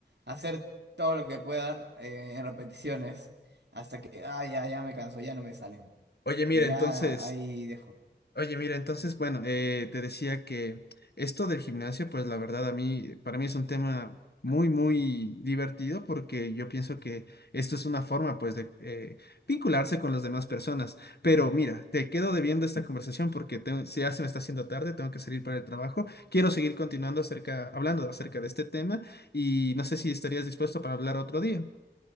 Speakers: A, on the right (about 75°); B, on the left (about 65°).
A: hacer todo lo que pueda dar, eh, en repeticiones hasta que ah, ya, ya me canso, ya no me salen.
B: Oye, mira,
A: Y ya
B: entonces,
A: ahí dejo.
B: Oye, mira, entonces, bueno, eh, te decía que esto del gimnasio, pues la verdad a mí, para mí es un tema muy, muy divertido porque yo pienso que esto es una forma, pues, de eh, vincularse con las demás personas. Pero mira, te quedo debiendo esta conversación porque tengo- si ya se me está haciendo tarde, tengo que salir para el trabajo. Quiero seguir continuando acerca, hablando acerca de este tema y no sé si estarías dispuesto para hablar otro día.